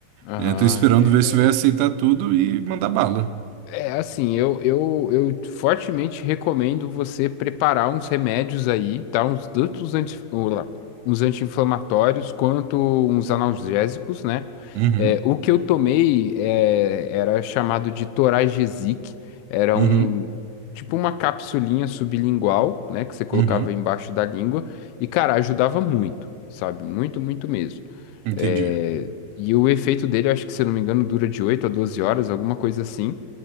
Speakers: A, on the left (about 80°); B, on the right (about 85°).
A: Aham,
B: É, tô esperando
A: é,
B: ver se vai aceitar
A: é,
B: tudo e mandar bala.
A: É assim, eu, eu, eu fortemente recomendo você preparar uns remédios aí, tá? Uns, tanto os anti, ô, lá, uns anti-inflamatórios quanto uns analgésicos, né?
B: Uhum,
A: É, o que eu tomei é, era chamado de Toragesic, era
B: uhum,
A: um tipo uma capsulinha sublingual, né? Que você colocava
B: uhum,
A: embaixo da língua, e cara, ajudava muito, sabe? Muito, muito mesmo.
B: entendi.
A: É, e o efeito dele, eu acho que se eu não me engano, dura de 8 a 12 horas, alguma coisa assim.